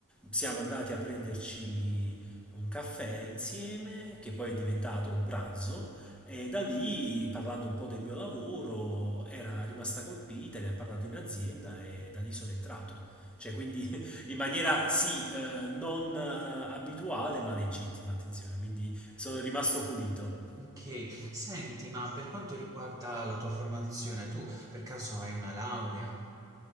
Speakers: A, in the centre; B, on the right.
A: Siamo andati a prenderci un caffè insieme, che poi è diventato un pranzo, e da lì, parlando un po' del mio lavoro, era rimasta colpita, ne ha parlato in azienda e da lì sono entrato. Cioè, quindi in maniera sì, eh, non eh, abituale, ma legittima, attenzione, quindi sono rimasto pulito.
B: Ok, senti, ma per quanto riguarda la tua formazione, tu per caso hai una laurea?